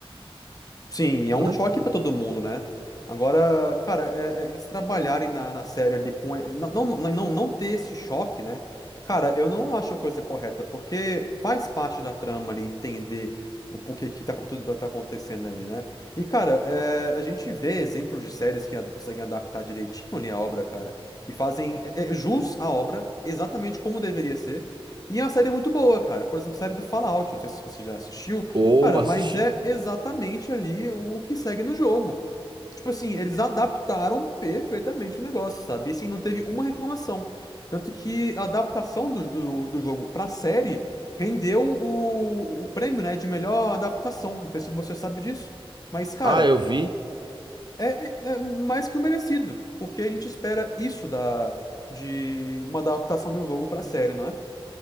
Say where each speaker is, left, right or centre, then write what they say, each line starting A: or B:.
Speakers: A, on the left; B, on the right.
A: sim, é um
B: né?
A: choque pra todo mundo, né? Agora, cara, é- é, eles trabalharem na, na série ali com. e- Não, não, não, não não ter esse choque, né? Cara, eu não acho a coisa correta, porque faz parte da trama ali entender o porquê que tá, tudo tá tá acontecendo ali, né? E, cara, é, a gente vê exemplos de séries que ad- conseguem adaptar direitinho ali a obra, cara, que fazem é, é, jus à obra exatamente como deveria ser. E é uma série muito boa, cara. Por exemplo, a série do Fallout, não sei se você já assistiu.
B: Ou
A: Cara,
B: assistindo.
A: mas é exatamente ali o que segue no jogo. Tipo assim, eles adaptaram perfeitamente o negócio, sabe? E assim, não teve uma reclamação. Tanto que a adaptação do, do, do jogo pra série rendeu o, o prêmio, né, de melhor adaptação. Não sei se você sabe disso. Mas, cara,
B: Ah, eu vi.
A: é, é- é mais que o merecido. Porque a gente espera isso da, de uma adaptação de um jogo pra série, não é?